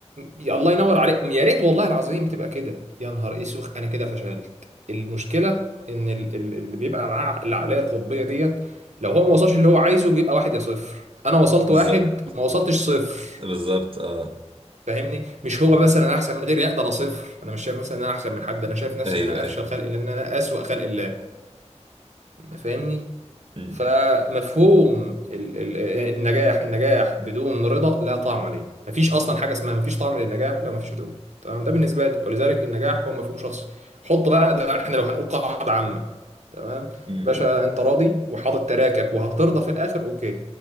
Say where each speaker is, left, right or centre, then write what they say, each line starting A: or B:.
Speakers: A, on the right; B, on the right.
A: يا الله ينور عليك يا ريت والله العظيم بتبقى كده يا نهار اسوخ انا كده فشلت المشكله ان ال- ال- اللي بيبقى معاه العقليه القطبيه ديت لو هو ما وصلش اللي هو عايزه بيبقى واحد يا صفر انا وصلت
B: <laughs> بالظبط
A: واحد ما وصلتش صفر
B: بالظبط اه
A: فاهمني مش هو مثلا انا احسن من غيري لا ده انا صفر انا مش شايف مثلا ان انا احسن من حد انا شايف نفسي
B: أيوه
A: ان انا افشل
B: أيوه
A: خلق الله ان انا اسوأ خلق الله فاهمني
B: مم.
A: فمفهوم ال ال النجاح النجاح بدون رضا لا طعم ليه مفيش اصلا حاجه اسمها مفيش طعم للنجاح لو مفيش رضا تمام ده بالنسبه لي ولذلك النجاح هو مفهوم شخصي حط بقى ده احنا لو هنقول قاعده عامه تمام
B: مم.
A: باشا انت راضي وحاطط تراكك وهترضى في الاخر اوكي